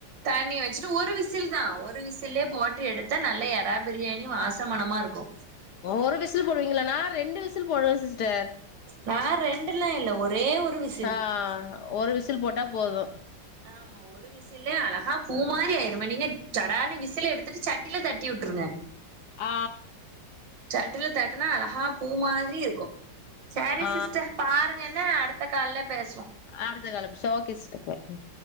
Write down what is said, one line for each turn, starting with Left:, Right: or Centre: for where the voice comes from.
Right: தண்ணி வச்சுட்டு ஒரு விசில் தான் ஒரு விசிலே போட்டு எடுத்தா நல்ல எறா பிரியாணி வாச மனமா இருக்கு
Left: ஒரு விசில் போடுவீங்களா நா ரெண்டு விசில் போடுவே சிஸ்டர்
Right: நா ரெண்டுல்லா இல்ல ஒரே ஒரு வி
Left: ஆ ஒரு விசில் போட்டா போது
Right: ஆமா ஒரு விசுல்லே அழகா பூமாரி ஆயிருமே நீங்க ஜடானு விசில எடுத்துட்டு சட்டில தட்டி விட்ருங்க
Left: ஆ
Right: சட்டில தட்டுனா அழகா பூ மாரி இருக்கு செரி
Left: ஆ
Right: சிஸ்டர் பாருங்க என்ன அடுத்த கால்ல பேசுவோ
Left: அடுத்தக்கால சரி ஓகே சிஸ்டர் பாய் ம்